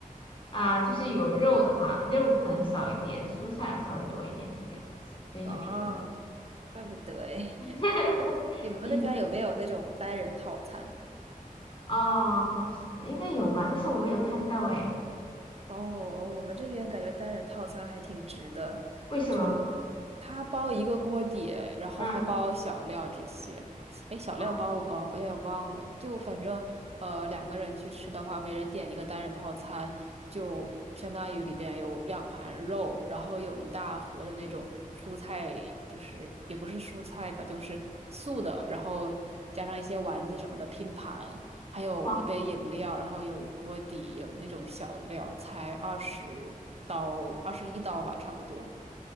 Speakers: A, on the left; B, on the right.
A: 啊、就是有肉的话，肉可能少一点，蔬菜稍微多一点这个样子，所以就便宜。
B: 啊，怪不得哎。
A: <laughs>
B: <laughs> 你们那边有没有那种单人套餐？
A: 你哦，好像应该有吧，但是我没有看到诶，
B: 哦哦，我们这边感觉单人套餐还挺值的，
A: 为什么？
B: 就他包一个锅底，然后还包小料这些。
A: 嗯，
B: 哎，小料包不包？
A: 哦，
B: 我也忘了。就反正呃，两个人去吃的话，每人点一个单人套餐，就相当于里边有两盘肉，然后有一大盒的那种蔬菜，就是也不是蔬菜吧，就是素的，然后加上一些丸子什么的拼盘。还有一杯饮料，
A: 哇，
B: 然后有一锅底，有那种小料，才二十刀，二十一刀吧，差不多。